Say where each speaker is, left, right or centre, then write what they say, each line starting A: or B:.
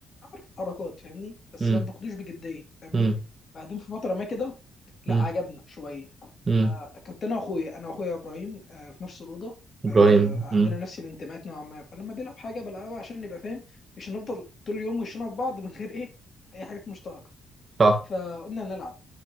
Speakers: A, on the left (about 45°); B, on the right (about 30°).
A: عارف حركات فاهمني بس
B: امم
A: ما بناخدوش بجديه فاهمني
B: امم
A: بعدين في فتره ما كده لا
B: امم
A: عجبنا شويه
B: أمم.
A: فكنت انا واخويا انا واخويا ابراهيم آه، في نفس الاوضه
B: ابراهيم
A: آه، عندنا
B: امم
A: نفس الانتماءات نوعا ما فلما بيلعب حاجه بلعبها عشان نبقى فاهم مش هنفضل طول اليوم وشنا في بعض من غير ايه اي حاجات مشتركه
B: صح
A: فقلنا نلعب